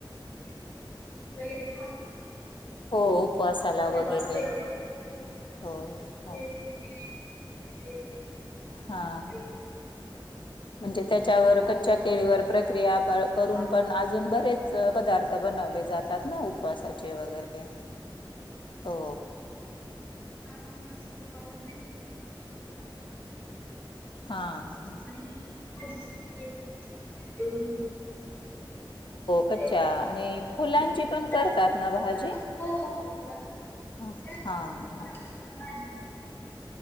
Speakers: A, on the left (about 25°); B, on the left (about 65°).
A: <unintelligible>
B: हो उपवासाला
A: हो
B: वगैरे
A: उपवासाला पण
B: हो
A: केळीचे
B: हो
A: कच्चे कच्ची भाजी
B: हा
A: केळीची
B: ह म्हणजे त्याच्यावर
A: त्याच्यावर
B: कच्च्या केळीवर प्रक्रिया
A: त्यांच्या
B: करून पण अजून बरेच पदार्थ बनवले जातात. ना उपवासाचे वगैरे हो
A: का पण असं मला तर येतो
B: हा हा
A: आणि भाजी सुद्धा केली जाते कच्च्या केळीची
B: कच्च्या
A: हो हो
B: आणि फुलांची पण
A: त्यात
B: करतात ना भाजी
A: दोन
B: हा
A: प्रकारची
B: हा.
A: सुद्धा भाजी करतात आणि